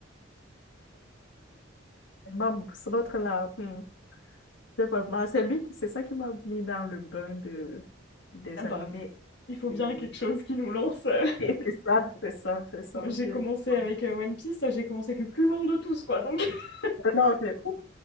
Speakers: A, on the left (about 80°); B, on the left (about 65°).
A: Vraiment, C'est l'autre là, hmm, c'est vraiment... C'est lui qui... C'est ça qui m'a mis dans le bain de, des
B: Ah bah,
A: animés.
B: il faut
A: Oui,
B: bien
A: oui.
B: quelque chose qui nous lance. euh. <laughs>
A: C'est c'est ça, c'est ça, c'est ça.
B: Moi j'ai
A: c'est
B: commencé
A: ça.
B: avec euh, One Piece, j'ai commencé avec le plus long de tous, quoi. Donc <laughs>
A: Non, je- ouf,